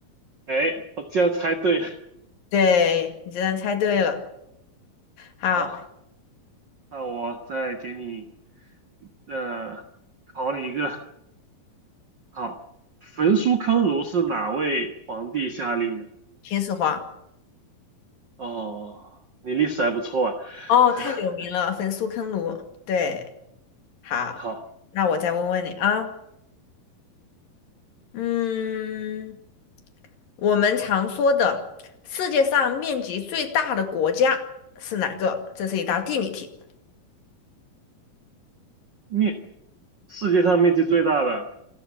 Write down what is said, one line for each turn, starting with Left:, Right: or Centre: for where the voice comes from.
Right: 哎，我竟然猜对了
Left: 对，你竟然猜对了。好，
Right: 好，那我再给你，呃，考你一个。好，焚书坑儒是哪位皇帝下令的？
Left: 秦始皇，
Right: 哦，你历史还不错啊。
Left: 哦，
Right: <laughs>
Left: 太有名了，焚书坑儒。对，好，
Right: 好，
Left: 那我再问问你啊。嗯，我们常说的世界上面积最大的国家是哪个？这是一道地理题。
Right: 面，世界上面积最大的